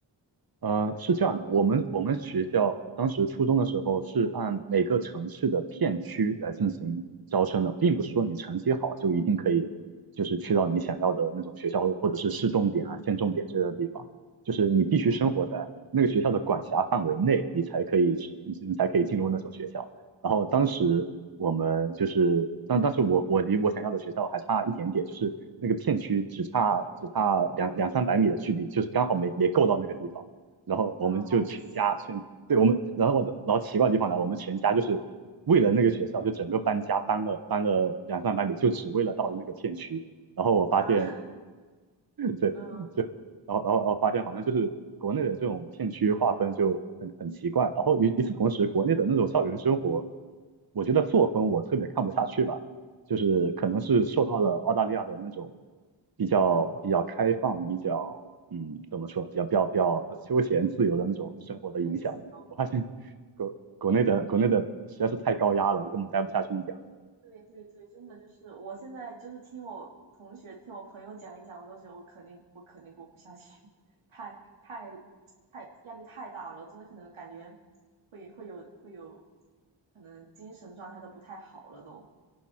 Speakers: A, on the right; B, on the right.
A: 呃，是这样的，我们我们学校当时初中的时候是按每个城市的片区来进行招生的，并不是说你成绩好就一定可以，就是去到你想要的那种学校或者是市重点啊、县重点之类的地方，就是你必须生活在那个学校的管辖范围内，
B: 嗯。
A: 你才可以去你你才可以进入那所学校。然后当时我们就是，但但是我我离我想要的学校还差一点点，就是那个片区只差只差两两三百米的距离，就是刚好没没够到那个地方。然后我们就全家全对我们，
B: 啊，好可惜
A: 然后我的然后奇怪的地方来，我们全家就是为了那个学校，就整个搬家搬了搬了两三百米，就只为了到了那个片区。然后我发现
B: 啊，<laughs>
A: 对，
B: 嗯
A: 就然后然后然后发现好像就是国内的这种片区划分就很很奇怪，然后与与此同时，国内的那种校园生活，我觉得作风我特别看不下去吧，就是可能是受到了澳大利亚的那种
B: 嗯，
A: 比较比较开放、比较嗯怎么说呢比较比较比较休闲自由的那种生活的影响，
B: 对，自由
A: 我发现国国内的国内的实在是太高压了，
B: 嗯，
A: 我根本待不下去一点。
B: 对对对，真的就是，我现在就是听我同学、听我朋友讲一讲，我都觉得我肯定我肯定过不下去，<laughs> 太太太压力太大了，真的可能感觉会会有会有，可能精神状态都不太好了都，